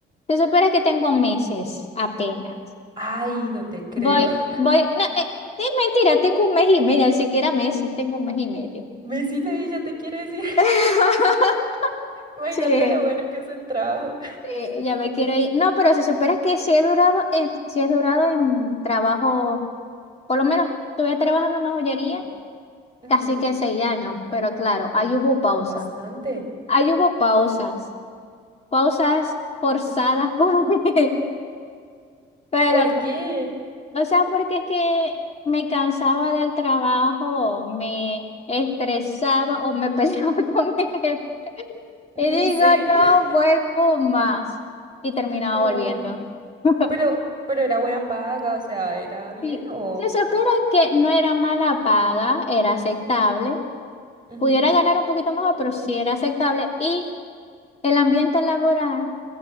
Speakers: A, on the left; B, on the right.
A: se supone que tengo meses apenas.
B: Ay, no te creo.
A: Voy,
B: <laughs>
A: voy, no, eh, es mentira, tengo un mes y medio, ni siquiera meses, tengo un mes y medio.
B: Messi ya te quiere decir. <laughs>
A: <laughs>
B: Imagínate
A: Sí.
B: lo bueno que es el trabajo.
A: Sí, ya me quiero ir. No, pero se supone que si he durado en, sí he durado en trabajo, por lo menos estuve trabajando en una joyería
B: Ujú,
A: casi que seis años, pero claro, ahí hubo pausas,
B: Bastante.
A: ahí hubo pausas, pausas forzadas por <laughs> mí, pero
B: ¿Por qué?
A: O sea, porque es que me cansaba del trabajo, me estresaba o me <laughs> peleaba con mi jefe.
B: ¿En
A: Y digo,
B: serio?
A: no vuelvo
B: <laughs>
A: más. Y terminaba
B: Ah,
A: volviendo. <laughs>
B: pero, pero era buena paga, o sea, ¿era bien
A: Sí,
B: o...?
A: se supiera que no era mala paga, era aceptable.
B: Ujú,
A: Pudiera ganar un poquito mejor, pero sí era aceptable. Y el ambiente laboral